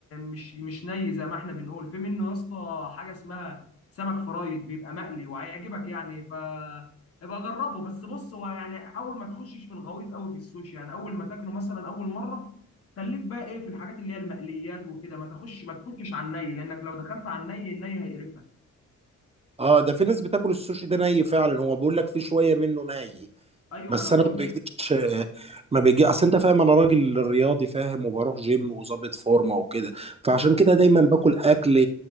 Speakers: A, on the left; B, on the right.
A: مش مش ني زي ما احنا بنقول في منه يا اسطى حاجة اسمها سمك فرايد بيبقى مقلي وهيعجبك يعني ف ابقى جربه بس بص هو يعني حاول ما تخشش في الغويط قوي في السوشي يعني اول ما تاكله مثلا اول مرة خليك بقى ايه في الحاجات اللي هي المقليات وكده ما تخش ما تخشش على الني لانك لو دخلت على الني الني هيقرفك
B: اه ده في ناس بتاكل السوشي ده ني فعلا هو بيقول لك في شويه منه ني
A: ايوه
B: بس
A: ما انا بقول
B: انا ما بيجيش ما بيجي اصل انت فاهم انا راجل رياضي فاهم وبروح جيم وظابط فورمه وكده فعشان كده دايما باكل اكل